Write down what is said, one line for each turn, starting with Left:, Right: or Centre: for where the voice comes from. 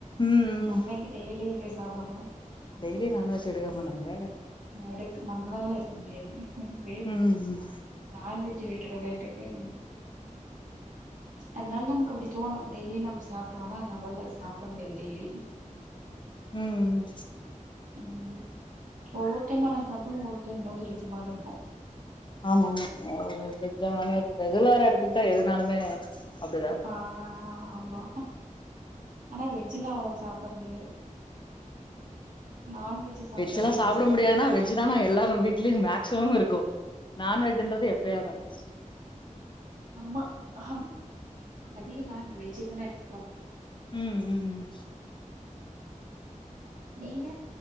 Left: ம் ம்
Right: நம்ப எங்க டெய்லியு இங்க சாப்பற்றோ
Left: டெய்லி நான்வெஜ் எடுக்க மாட்டாங்க
Right: எடுக்க நம்பளால எடுக் முடியாது <unintelligible>
Left: ம் ம்
Right: நான்வெஜ் விக்கிற ரேட்டுக்கு அதனால நமக்கு அப்படி தோணு டெய்லி நம் சாப்ட்ருவோனா என்ன அவ்ளோல்லா சாப்பட முடியாது டெய்லியு
Left: ம்
Right: ம் ஒவ்வொரு டைம் ஆனா சாப்டும் போ ஒரு டைம் மூஞ்சிலடிச்ச மார்ருக்கு
Left: ஆமா ஆமா வெஜ்ஜா நான்வெஜ் ரெகுலரா எடுத்துக்கிட்டா எதுனாலுமே அப்படிதா இருக்
Right: ஆ ஆமா ஆனா வெஜ்ல்லா அவ்வளோ சாப்பட முடியாது நான்வெஜ் சாப்பிடுற
Left: வெஜ்ல்லா
Right: அளவு
Left: சாப்பட
Right: வெஜ் சாப்பிடனு
Left: முடியாதுன்னா வெ ஜ் தான்ன எல்லாரு வீட்லியு மேக்சிமம் இருக்கு நான்வெஜ்ன்றது எப்பயாவது ஒன்ஸ்
Right: ஆமா ஆம் அதிக நாள் வெஜ் தானே எடுத்துக்குறோ
Left: ம் ம் ம்
Right: நீங்க